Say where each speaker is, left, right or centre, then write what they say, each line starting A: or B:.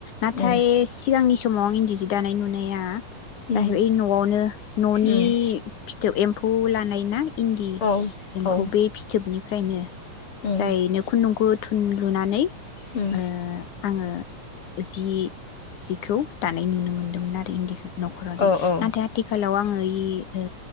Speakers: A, on the left; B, on the left.
A: नाथाय
B: उम
A: सिगांनि समाव आं इन्दि सि दानाय नुनाया, जाहैबाय
B: उम
A: न'आवनो न'नि
B: उम
A: फिथोब एम फुलानायनाय इन्दि
B: औ
A: एम्फौ
B: औ
A: बे फिथोबनि फ्रायनो ओमफ्रायनो
B: उम
A: खुन्दुंखौ थुन लुनानै
B: उम
A: ओ आङो जि जिखौ दानाय नुनो मोन्दोंमोन आरो इन्दिखौ न'खरारि
B: औ औ
A: नाथाय आथिखालाव आङो गैयि ओ